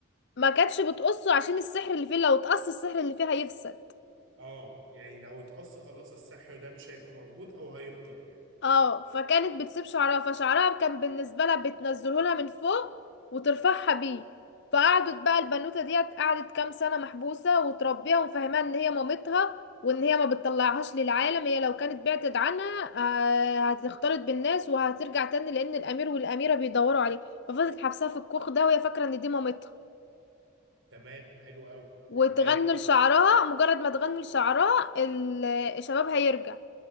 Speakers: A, on the left; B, on the right.
A: ما كانتش بتقصه عشان السحر اللي فيه لو اتقص السحر اللي فيه هيفسد
B: اه يعني لو اتقص خلاص السحر ده مش هيبقى موجود او هيبطل يعني
A: اه فكانت بتسيب شعرها فشعرها كان بالنسبه لها بتنزله لها من فوق وترفعها بيه فقعدت بقى البنوته ديت قعدت كام سنه محبوسه وتربيها ومفهماها ان هي مامتها وان هي ما بتطلعهاش للعالم هي لو كانت بعدت عنها آه، هتختلط بالناس وهترجع تاني لان الامير والاميره بيدوروا عليه ففضلت حبسها في الكوخ ده وهي فاكره ان دي مامتها
B: تمام حلو قوي
A: وتغني
B: وبعدين
A: لشعرها مجرد ما تغني لشعرها ال- الشباب هيرجع